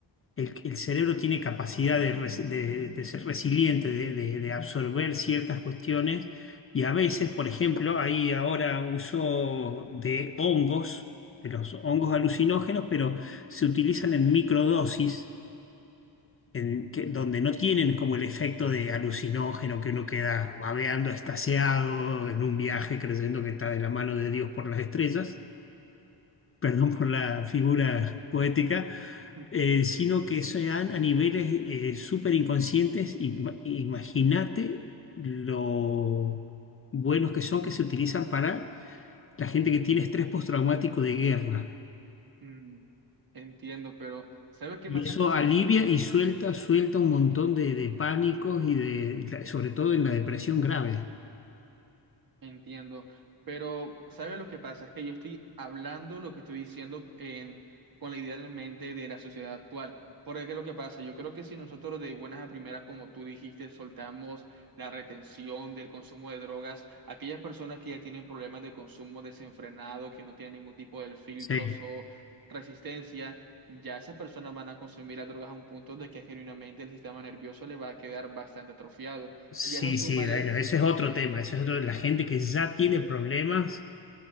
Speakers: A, on the left; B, on the right.
A: el, el cerebro tiene capacidad de, resi- de- de ser resiliente, de, de- de absorber ciertas cuestiones y a veces, por ejemplo, hay ahora uso de hongos, de los hongos alucinógenos, pero se utilizan en microdosis, en que, donde no tienen como el efecto de alucinógeno que uno queda babeando, estaseado en un viaje creyendo que está de la mano de Dios por las estrellas perdón por la figura poética,
B: <laughs>
A: eh, sino que sean a niveles eh, súper inconscientes. Ima- Imagínate lo buenos que son que se utilizan para la gente que tiene estrés postraumático de guerra.
B: Mm, entiendo, pero ¿sabes qué
A: Y
B: me hace
A: eso
B: pensar?
A: alivia y suelta, suelta un montón de, de pánicos y de, y la- sobre todo en la depresión grave.
B: Entiendo, pero sabe lo que pasa? Es que yo estoy hablando lo que estoy diciendo en- con la idea en la mente de la sociedad actual. Porque ¿qué es lo que pasa, yo creo que si nosotros de buenas a primeras, como tú dijiste, soltamos la retención del consumo de drogas, aquellas personas que ya tienen problemas de consumo desenfrenado, que no tienen ningún tipo de filtros
A: Sí,
B: o resistencia, ya esas personas van a consumir las drogas a un punto de que genuinamente el sistema nervioso le va a quedar bastante atrofiado.
A: sí,
B: Y a eso súmale
A: sí, bueno, ese es otro tema, ese es otro, la gente que ya tiene problemas